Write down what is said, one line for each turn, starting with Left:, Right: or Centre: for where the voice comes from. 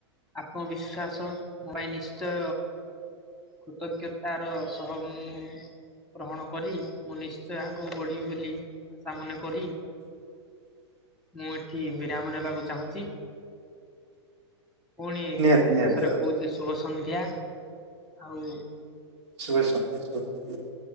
Centre: ଆତ୍ମବିଶ୍ୱାସ ମୋ ପାଇଁ ନିଶ୍ଚୟ କୃତଜ୍ଞତାର ସହ ମୁଁ ଗ୍ରହଣ କରି ମୁଁ ନିଶ୍ଚୟ ଆଗକୁ ବଢ଼ିବି ବୋଲି ଆଶା ମନେ କରି
Right: <inaudible>
Centre: ମୁଁ ଏଠି ବିରାମ ନେବାକୁ ଚାହୁଁଛି। ପୁଣି
Right: ନିହାତି ନିହାତି
Centre: ଶେଷରେ
Right: ଭାବେ
Centre: କହୁଛି ଶୁଭ ସନ୍ଧ୍ୟା, ଆଉ
Right: ଶୁଭ ସନ୍ଧ୍ୟା, ଶୁଭ ସନ୍ଧ୍ୟା।